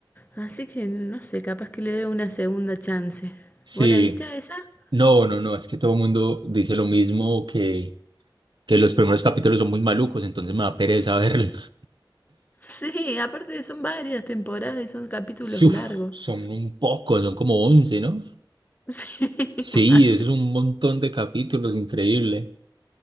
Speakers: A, on the left; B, on the right.
A: Así que no sé, capaz que le dé una segunda chance.
B: sí.
A: ¿Vos la viste a esa? <laughs>
B: No, no, no, es que todo el mundo dice lo mismo, que, que los primeros capítulos son muy malucos, entonces me da pereza verlos.
A: Sí, aparte son varias temporadas y son capítulos
B: <laughs> Uf,
A: largos.
B: son un poco, son como 11, ¿no?
A: <laughs> Sí,
B: Sí,
A: mal.
B: eso es un montón de capítulos, increíble.